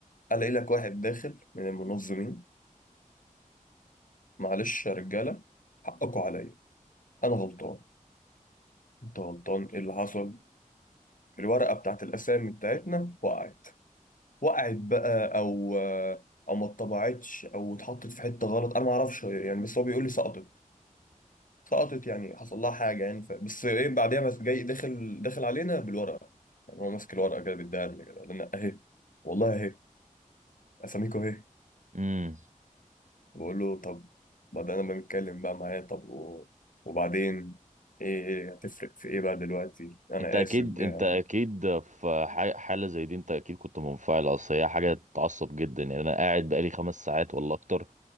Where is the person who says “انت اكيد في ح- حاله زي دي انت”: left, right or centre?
Right